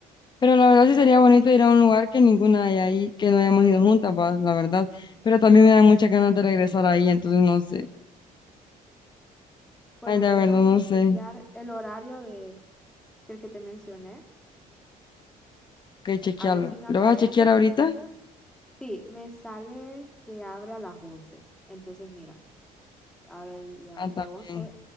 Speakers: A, on the left (about 30°); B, in the centre.
A: Pero la verdad sí sería bonito ir a un lugar que ninguna hay ahí, que no hayamos ido juntas, va, la verdad. Pero también me dan muchas ganas de regresar ahí, entonces no sé.
B: Bueno,
A: Ay, la
B: déjame
A: verdad no sé.
B: chequear el horario de, del que te mencioné,
A: Ok, chequearlo.
B: a ver si me aparece.
A: ¿Lo vas a chequear ahorita?
B: Sí, me sale que abre a las 11. Entonces, mira, abre la-
A: Ah,
B: de
A: también.
B: 11,